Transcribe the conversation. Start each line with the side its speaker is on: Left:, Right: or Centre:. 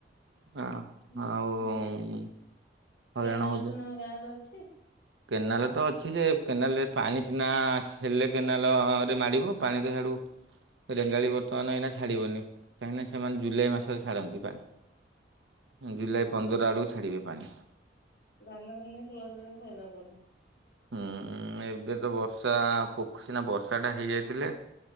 Right: ହଁ,
Left: ହୁଁ
Right: ଆଉ
Left: ହୁଁ।
Right: ହଇରାଣ
Left: କେନାଲ
Right: ହଉଛ
Left: ଫେନାଲ ଗାଁରେ ଅଛି?
Right: କେନାଲ ତ ଅଛି ଯେ କେନାଲରେ ପାଣି ସିନା ହେଲେ କେନାଲ ରେ ମାଡିବ ପାଣି ତ ଛାଡୁ ରେଙ୍ଗାଳି ବର୍ତ୍ତମାନ ଏଇନା ଛାଡ଼ିବନି, କାହିଁକିନା ସେମାନେ ଜୁଲାଇ ମାସରେ ଛାଡ଼ନ୍ତି ପାଣି। ଜୁଲାଇ ପନ୍ଦର ଆଡୁକୁ ଛାଡିବେ ପାଣି।
Left: ଧାନ ଧୁନି ତୁଳ ତଳେ ସଇଲା ପରେ।
Right: ହୁଁ ଏବେ ତ ବର୍ଷା ପୋକର ସିନା ବର୍ଷା ଟା ହେଇଯାଇଥିଲେ